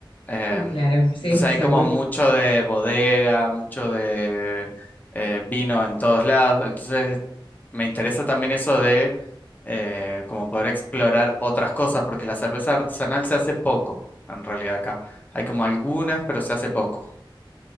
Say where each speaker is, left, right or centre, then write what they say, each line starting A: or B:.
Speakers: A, on the left; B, on the left.
A: Em,
B: Mm, Claro, sí,
A: entonces
B: seguro.
A: hay como mucho de bodega, mucho de eh, vino en todos lados, entonces me interesa también eso de eh, como poder explorar otras cosas, porque la cerveza artesanal se hace poco, en realidad acá. Hay como algunas, pero se hace poco.